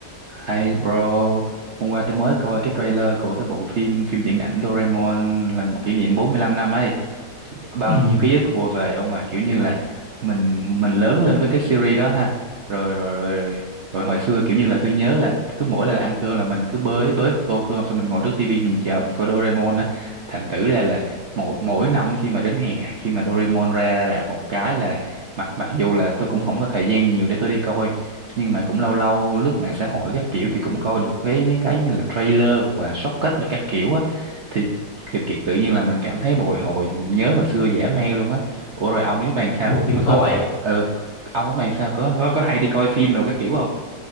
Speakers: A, on the right (about 50°); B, on the left (about 70°).
A: hay bro, hôm qua tôi mới coi cái trailer của cái bộ phim phim viễn ảnh Doraemon lần kỷ niệm 45 năm ấy. Bao
B: Ừ,
A: nhiêu ký ức ùa về ông à kiểu như là mình mình lớn lên với cái series đó ha. Rồi rồi rồi rồi, rồi hồi xưa kiểu như là tôi nhớ là cứ mỗi lần ăn cơm là mình cứ bới bới một tô cơm xong mình ngồi trước tivi mình chờ mình coi Doraemon á. Thành thử ra là mỗi mỗi năm khi mà đến hè khi mà Doraemon ra ra rạp một cái là mặc mặc dù là tôi cũng không có thời gian nhiều để tôi đi coi nhưng mà cũng lâu lâu lướt mạng xã hội các kiểu thì cũng coi được cái mấy cái giống như là trailer hoặc là shortcut rồi các kiểu á thì Kiệt, Kiệt tự nhiên là mình cảm thấy bồi hồi mình nhớ hồi xưa dễ mê luôn á ủa rồi ông lúc này sao
B: một huyền
A: có
B: thoại.
A: có- ừ ông lúc này sao có có, có hay đi coi phim nào các kiểu không